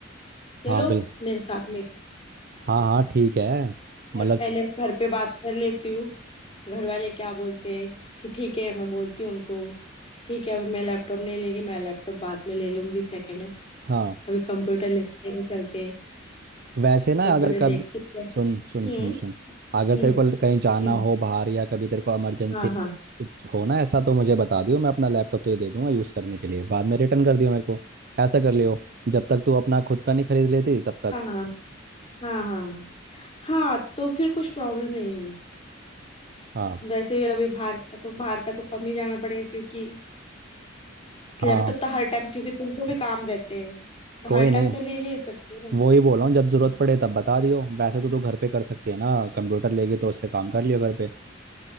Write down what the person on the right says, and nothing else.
हाँ बिल्कुल
हाँ हाँ ठीक है
मतलब
स-
हाँ
वैसे ना
अगर कभी
सुन सुन
सुन सुन
अगर तेरे को ल- कहीं जाना
हो बाहर या कभी तेरे को इमरजेंसी
कुछ हो ना ऐसा तो मुझे बता दियो मैं अपना लैपटॉप तुझे दे दूंगा यूज़ करने के लिए बाद में रिटर्न कर दियो मेरे को ऐसा कर लियो जब तक तू अपना खुद का नहीं खरीद लेती तब तक
हाँ
हाँ
कोई
नहीं
वो ही बोल रहा हूँ जब ज़रूरत पड़े तब बता दियो वैसे तो तू घर पे कर सकती है ना कंप्यूटर लेगी तो उससे काम कर लियो घर पे